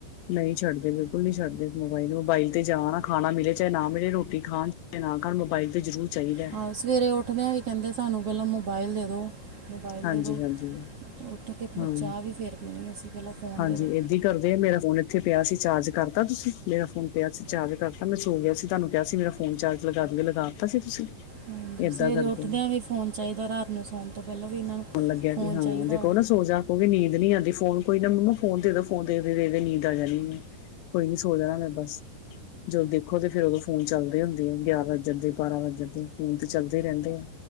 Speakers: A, on the left (about 80°); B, on the right (about 50°).
A: ਨ ਈ ਛੱਡਦੇ ਬਿਲਕੁਲ ਨੀ ਛੱਡਦੇ, ਮੋਬਾਈਲ ਮੋਬਾਈਲ ਤੇ ਜਾਵਾ ਨਾ ਖਾਣਾ ਮਿਲੇ ਚਾਹੇ ਨਾ ਮਿਲੇ ਰੋਟੀ ਖਾਣ ਤੇ ਨਾ ਕਰ ਮੋਬਾਇਲ ਤੇ ਜ਼ਰੂਰ ਚਾਹੀਦਾ
B: ਆਹੋ ਸਵੇਰੇ ਉੱਠਦਿਆਂ ਹੀ ਕਹਿੰਦੇ ਸਾਨੂੰ ਪਹਿਲਾਂ ਮੋਬਾਇਲ ਦੇ ਦੋ। ਮੋਬਾਈਲ
A: ਹਾਂਜੀ
B: ਦੇ ਓ,
A: ਹਾਂਜੀ
B: ਉੱਠ ਕੇ
A: ਹਾਂ
B: ਚਾਹ ਵੀ ਫੇਰ ਪੀਣੀ ਅਸੀਂ। ਪਹਿਲਾਂ ਫੋਨ
A: ਹਾਂਜੀ,
B: ਦੇ ਦਿਉ
A: ਇਹ ਵੀ ਕਰਦੇ ਆ ਮੇਰਾ ਫੋਨ ਇੱਥੇ ਪਿਆ ਸੀ ਚਾਰਜ ਕਰਤਾ ਤੁਸੀਂ, ਮੇਰਾ ਫੋਨ ਪਿਆ ਸੀ ਚਾਰਜ ਕਰਤਾ ਮੈਂ ਸੋ ਗਿਆ ਸੀ ਤੁਹਾਨੂੰ ਕਿਹਾ ਸੀ ਮੇਰਾ ਫ ਫੋਨ ਚਾਰਜ ਲਗਾਗੇ ਲਗਾ ਤਾ ਸੀ ਤੁਸੀਂ
B: ਹਾਂਜੀ
A: ਏਦਾਂ
B: ਸਵੇਰੇ
A: ਕਰਦੇ
B: ਉੱਠਦਿਆਂ
A: ਹੋ।
B: ਵੀ ਫੋਨ ਚਾਹੀਦਾ ਰਾਤ ਨੂੰ ਸੋਣ ਤੋਂ ਪਹਿਲਾਂ ਵੀ ਇਹਨਾਂ ਨੂੰ।
A: ਹੋਣ ਲੱਗਿਆ
B: ਫੋਨ
A: ਜੀ ਹਾਂ
B: ਚਾਹੀਦਾ
A: ਜੇ ਕੋ
B: ਵਾ
A: ਨਾ ਸੋਜਾ ਕਹਿਉਗੀ ਨੀਂਦ ਨੀ ਆਂਦੀ ਫੋਨ ਕੋਈ ਨਾ ਮੰਮਾ ਫੋਨ ਦੇ ਦਿਉ ਫੋਨ ਦੇਖਦੇ-ਦੇਖਦੇ ਨੀਂਦ ਆ ਜਾਣੀ ਆ। ਕੋਈ ਨੀ ਸੋ ਜਾਣਾ ਮੈਂ ਬਸ। ਜਦੋਂ ਦੇਖੋ ਫੇਰ ਉਦੋਂ ਫੋਨ ਚੱਲਦੇ ਹੁੰਦੇ ਆ ਗਿਆਰਾਂ ਜਦ ਦੇ ਬਾਰਾਂ ਵੱਜ ਜਾਂਦੇ ਆ ਫੋਨ ਤੇ ਚੱਲਦੇ ਹੀ ਰਹਿੰਦੇ ਆ।